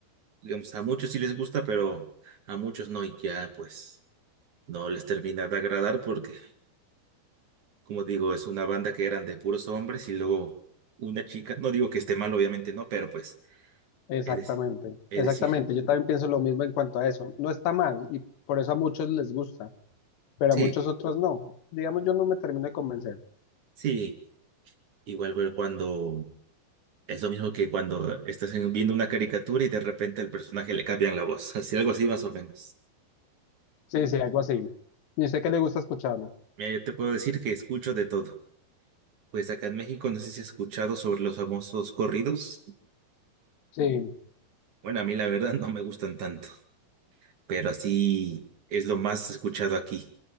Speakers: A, on the right; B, on the left.
A: digamos, a muchos sí les gusta, pero a muchos no, y ya pues no les termina de agradar porque, como digo, es una banda que eran de puros hombres y luego una chica, no digo que esté mal, obviamente no, pero pues,
B: Exactamente,
A: es decir, es
B: exactamente.
A: decir,
B: Yo también pienso lo mismo en cuanto a eso. No está mal y por eso a muchos les gusta, pero
A: sí,
B: a muchos otros no. Digamos, yo no me termino de convencer.
A: sí, igual fue cuando, es lo mismo que cuando estás en- viendo una caricatura y de repente al personaje le cambian la voz, <laughs> así algo así más o menos.
B: Sí, sí, algo así. Y sé que le gusta escucharlo.
A: Mira, yo te puedo decir que escucho de todo. Pues acá en México, no sé si has escuchado sobre los famosos corridos.
B: Sí.
A: Bueno, a mí la verdad no me gustan tanto, pero así es lo más escuchado aquí.